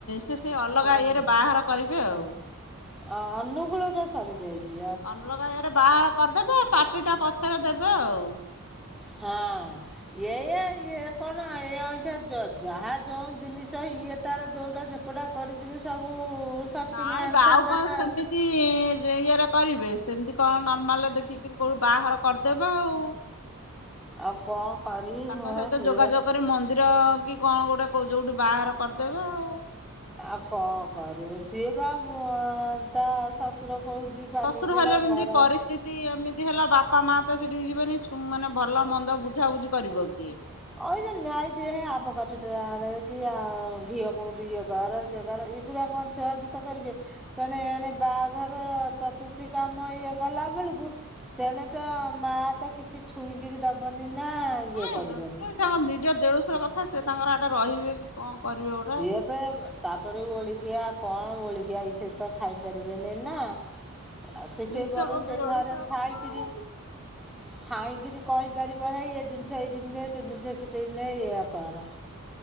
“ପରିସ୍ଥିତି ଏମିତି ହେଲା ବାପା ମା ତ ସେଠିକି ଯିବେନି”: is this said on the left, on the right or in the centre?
Left